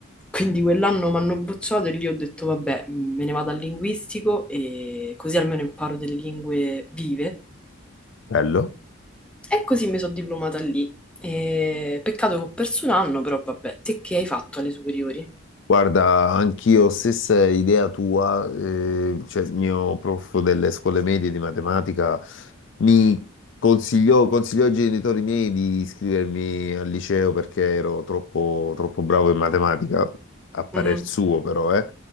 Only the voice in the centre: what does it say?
Quindi quell'anno mi hanno bocciato e lì ho detto, vabbè, me ne vado al linguistico e così almeno imparo delle lingue vive.
E così mi sono diplomata lì. E Peccato che ho perso un anno, però vabbè, te che hai fatto alle superiori?
Mhm,